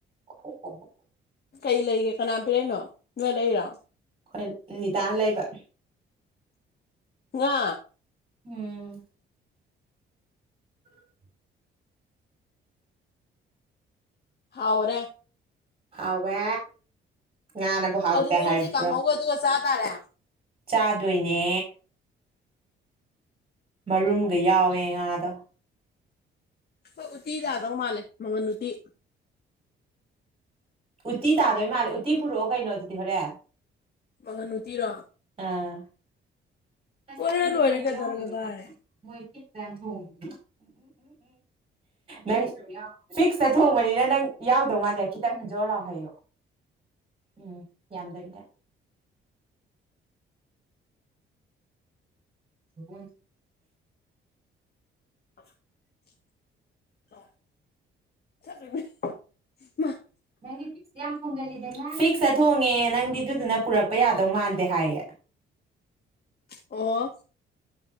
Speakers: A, on the right; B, on the left.
A: ꯑꯣꯍꯣ ꯑꯣꯍꯣ
B: ꯀꯩ ꯂꯩꯒꯦ ꯀꯅꯥ ꯄꯤꯔꯛꯏꯅꯣ ꯅꯣꯏ ꯂꯩꯔꯣ
A: ꯑꯩꯈꯣꯏ ꯅꯤꯇꯥꯅꯥ ꯂꯩꯕ
B: ꯉꯥ
A: ꯎꯝ <inaudible>
B: ꯍꯥꯎꯔꯦ
A: ꯍꯥꯎꯋꯦ ꯉꯥꯅꯕꯨ ꯍꯥꯎꯇꯦ
B: ꯑꯗꯨ ꯅꯣꯏ
A: ꯍꯥꯏꯕ꯭ꯔꯣ
B: ꯉꯁꯤ ꯀꯥꯡꯍꯧꯒ ꯑꯗꯨꯒ ꯆꯥ ꯇꯥꯔꯦ
A: ꯆꯥꯗꯣꯏꯅꯦ ꯃꯔꯨꯝꯒ ꯌꯥꯎꯋꯦ ꯉꯥꯗꯣ
B: ꯈꯣꯏ ꯎꯇꯤ ꯇꯥꯗꯧ ꯃꯥꯜꯂꯦ ꯃꯪꯒꯟ ꯎꯇꯤ
A: ꯎꯠꯇꯤ ꯇꯥꯗꯣꯏ ꯃꯥꯜꯂꯦ ꯎꯠꯇꯤ ꯄꯨꯔꯛꯑꯣ ꯀꯩꯅꯣ ꯑꯗꯨꯗꯤ ꯍꯣꯔꯦꯟ
B: ꯃꯒꯟ ꯎꯇꯤꯔꯣ
A: ꯑꯥ ꯑꯁ
B: ꯄꯨꯔ
A: ꯍꯦꯟꯖꯟꯅꯕꯨ
B: ꯂꯣꯏꯔꯦ ꯀꯩꯗꯧꯔꯒꯦ
A: ꯌꯥꯎꯔꯔꯣꯏꯗ
B: ꯚꯥꯏ
A: ꯃꯣꯏ ꯂꯤꯛꯅ ꯊꯣꯡꯕꯅꯤ ꯅꯪ ꯐꯤꯛꯁꯇ ꯊꯣꯡꯕꯅꯤꯅ ꯅꯪ ꯌꯥꯎꯗꯧ ꯃꯥꯟꯗꯦ ꯈꯤꯇꯪ ꯖꯣꯔ ꯂꯥꯎ ꯍꯩꯌꯣ ꯎꯝ ꯌꯥꯝꯗꯕꯤꯗ ꯎꯝ
B: <unintelligible> <unintelligible>
A: ꯅꯪꯗꯤ ꯐꯤꯛꯁꯇ ꯌꯥꯝ ꯊꯣꯡꯒꯜꯂꯤ ꯐꯤꯛꯁꯇ ꯊꯣꯡꯉꯦ ꯅꯪꯗꯤ ꯑꯗꯨꯗꯨꯅ ꯄꯨꯔꯛꯄ ꯌꯥꯗꯧ ꯃꯥꯟꯗꯦ ꯍꯥꯏꯌꯦ
B: ꯑꯣ